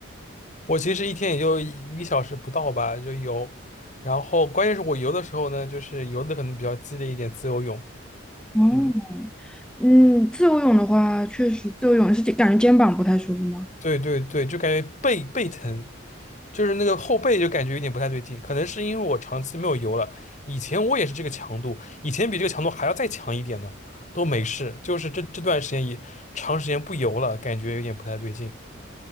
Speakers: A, on the left; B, in the centre.
A: 我其实一天也就一个小时不到吧，就游，然后关键是我游的时候呢，就是游的可能比较激烈一点，自由泳，
B: 哦，
A: 嗯，
B: 嗯，自由泳的话，确实自由泳是感觉肩膀不太舒服吗？
A: 对对对，就感觉背背疼，就是那个后背就感觉有点不太对劲，可能是因为我长期没有游了。以前我也是这个强度，以前比这个强度还要再强一点呢，都没事。就是这这段时间也长时间不游了，感觉有点不太对劲。